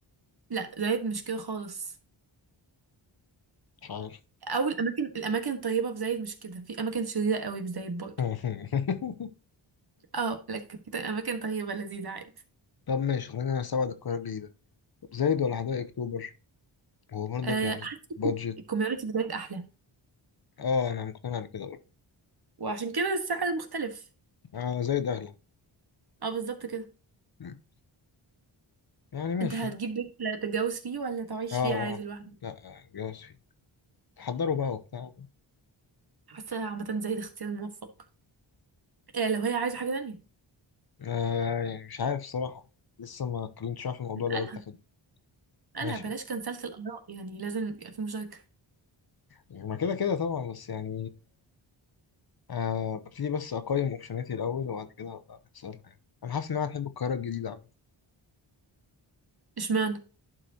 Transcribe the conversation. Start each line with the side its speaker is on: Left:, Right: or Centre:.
Right: لا زايد مش كده خالص
Left: مش عارف
Right: او الاماكن الاماكن الطيبه في زايد مش كده في اماكن شريره قوي في زايد برضه
Left: <laughs>
Right: اه لكن في اماكن طيبه لذيذه عادي
Left: طب ماشي خلينا نستبعد القرار الجديد ده طب زايد ولا حدائق اكتوبر هو برضك
Right: آه،
Left: يعني
Right: حاسه
Left: بادجت
Right: الكوميونتي في زايد احلى
Left: اه انا مقتنع بكده برضه
Right: وعشان كده السعر مختلف
Left: آه زايد اغلى
Right: اه بالظبط كده
Left: مم. يعني ماشي
Right: انت هتجيب بيت تتجوز فيه ولا تعيش
Left: اه
Right: فيه عادي
Left: اه
Right: لوحدك
Left: لا آه، جواز فيه تحضروا بقى وبتاع
Right: حاسه عامه زي ده اختيار موفق إيه لو هي عايزه حاجه تانية
Left: آه يعني مش عارف الصراحة لسه ما اتكلمتش معاه في الموضوع
Right: اسالها
Left: ده قلت اخد
Right: اسالها
Left: ماشي
Right: بلاش كنسلت الاراء يعني لازم يبقى في مشاركه
Left: يعني ما كده كده طبعا بس يعني آه ببتدي بس اقيم اوبشناتي الاول وبعد كده ابقى اسالها يعني انا حاسس انها هتحب القاهرة الجديدة عامة
Right: اشمعنى